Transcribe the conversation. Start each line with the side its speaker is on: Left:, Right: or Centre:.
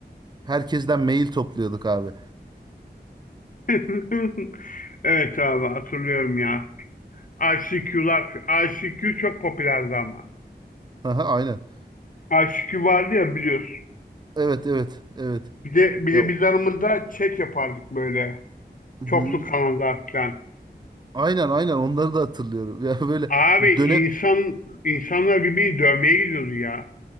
Right: Herkesten mail topluyorduk abi.
Left: <laughs> Evet abi hatırlıyorum ya. ICQ'lar, ICQ çok popülerdi ama.
Right: <laughs> Aha, Aynen.
Left: ICQ vardı ya biliyorsun.
Right: Evet evet evet.
Left: Bir de, bir
Right: Ya
Left: de
Right: o-
Left: biz aramızda chat yapardık böyle.
Right: hı.
Left: Çoklu kanallar falan.
Right: Aynen aynen onları da hatırlıyorum. <laughs> Ya böyle
Left: Abi
Right: dönem
Left: insan, insanlar birbirini dövmeye gidiyordu ya.